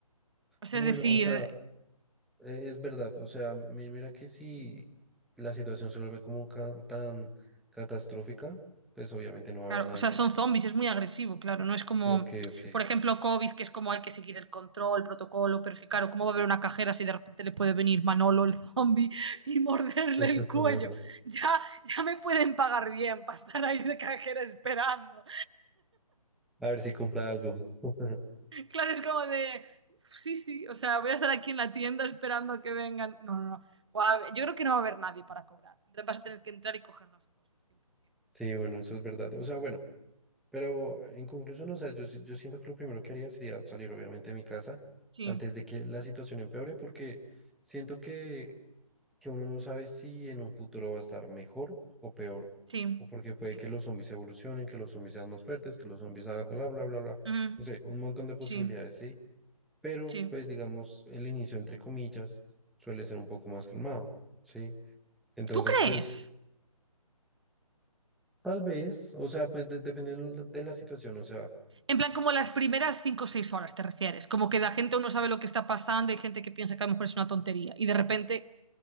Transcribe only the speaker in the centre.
bueno,
o sea, e- es verdad, o sea, mi- mira que si la situación se vuelve como ca- tan catastrófica, pues obviamente no va a
haber nadie.
Sí, ok, ok.
<laughs>
A ver si compra algo. <laughs>
Sí, bueno, eso es verdad. O sea, bueno, pero en conclusión, o sea, yo, si- yo siento que lo primero que haría sería salir obviamente de mi casa
antes de que la situación empeore, porque siento que que uno no sabe si en un futuro va a estar mejor o peor,
o porque puede
que los zombies evolucionen, que los zombies sean más fuertes, que los zombies hagan bla, bla, bla, bla.
No sé, un montón de posibilidades,
sí, pero
pues digamos, el inicio, entre comillas, suele ser un poco más calmado, ¿sí? Entonces,
pues, tal vez, o sea, pues de- dependiendo de la situación, o sea,